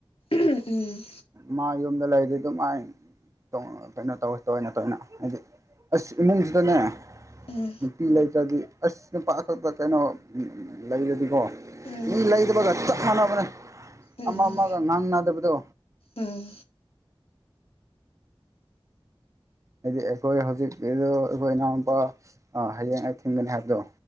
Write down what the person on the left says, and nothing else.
ꯎꯝ ꯎꯝ
ꯎꯝ
ꯎꯝ
ꯎꯝ
ꯎꯝ